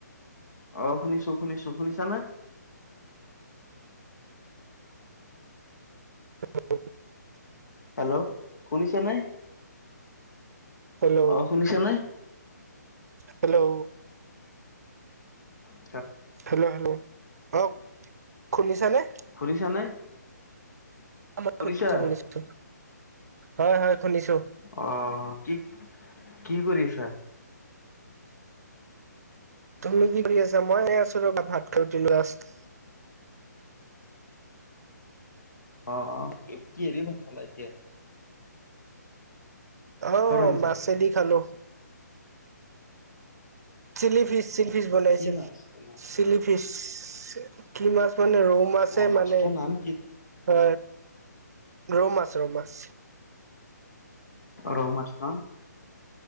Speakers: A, on the left; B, on the right.
A: অ', শুনিছোঁ, শুনিছোঁ, শুনিছানে?
B: <inaudible>
A: হেল্ল', শুনিছা নে?
B: Hello
A: অ, শুনিছা নে?
B: হেল্ল',
A: <inaudible>
B: hello hello! অহ শুনিছা নে?
A: শুনিছানে?
B: মই
A: শুনিছা?
B: শুনিছো শুনিছো। হয় হয় শুনিছো।
A: অ কি কি কৰি আছা?
B: তুমি কি কৰি আছা? মই এ আছো ৰবা, ভাত <unintelligible>
A: অ' অ'। কিহেৰে ভাত খালা এতিয়া?
B: অ'
A: কিহৰ আঞ্জা?
B: মাছেদি খালো। চিলি ফিচ, চিলি ফিচ বনাইছিল।
A: কি মাছ তোমাৰ?
B: চিলি ফিচ <inaudible> কি মাছ মানে, ৰৌ মাছে
A: অ মাছটোৰ
B: মানে।
A: নাম কি?
B: অ ৰৌ মাছ ৰৌ মাছ।
A: ৰৌ মাছ ন।